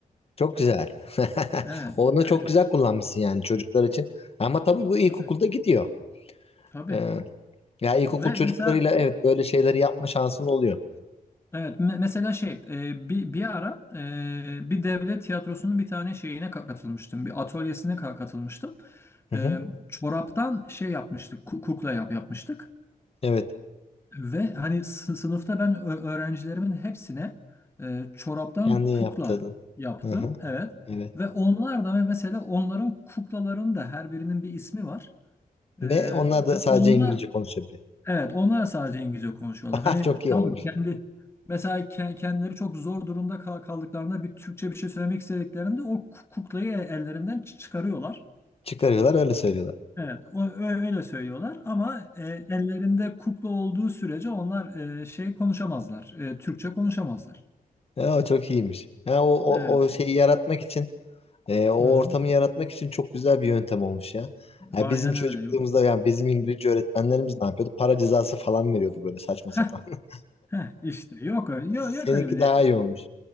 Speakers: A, on the left; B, on the left.
A: Çok güzel. <laughs>
B: Evet.
A: Onu
B: <laughs>
A: çok güzel kullanmışsın yani çocuklar için. Ama tabii bu ilkokulda
B: Tabii.
A: gidiyor.
B: Tabii.
A: Ee, ya ilkokul
B: Ve
A: çocuklarıyla
B: mesela
A: evet böyle şeyleri yapma şansın oluyor.
B: evet me- mesela şey e, bir bir ara e, bir devlet tiyatrosunun bir tane şeyine ka- katılmıştım. Bir atölyesine ka- katılmıştım.
A: Hı
B: E,
A: hı.
B: çoraptan şey yapmıştık. ku- Kukla yap yapmıştık.
A: Evet.
B: Ve hani sı- sınıfta ben ö- öğrencilerimin hepsine e, çoraptan
A: Kendin
B: kukla
A: yaptırdın.
B: yaptım.
A: Hı hı.
B: Evet.
A: Evet.
B: Ve onlar da mesela onların kuklaların da her birinin bir ismi var. E,
A: Ve onlar
B: ve
A: da sadece
B: onlar
A: İngilizce konuşabiliyor.
B: evet onlar sadece İngilizce konuşuyorlar. Hani
A: <laughs> Çok iyi
B: tamam
A: olmuş.
B: kendi mesela ke- kendileri çok zor durumda kal- kaldıklarında bir Türkçe bir şey söylemek istediklerinde o ku- kuklayı e- ellerinden çı- çıkarıyorlar.
A: Çıkarıyorlar öyle söylüyorlar.
B: Evet, o, ö- öyle söylüyorlar ama e, ellerinde kukla olduğu sürece onlar e, şey konuşamazlar, e, Türkçe konuşamazlar.
A: Ya, o çok iyiymiş. Ha, o, o,
B: Evet,
A: o şeyi yaratmak için E, o
B: hı hı.
A: ortamı yaratmak için çok güzel bir yöntem olmuş ya. Ya
B: Aynen
A: bizim çocukluğumuzda
B: öyle.
A: yani bizim İngilizce öğretmenlerimiz ne yapıyordu? Para cezası falan veriyordu böyle saçma sapan.
B: Heh,
A: <laughs>
B: heh, işte yok öyle, yok,
A: Seninki
B: yok öyle bir şey.
A: daha iyi olmuş.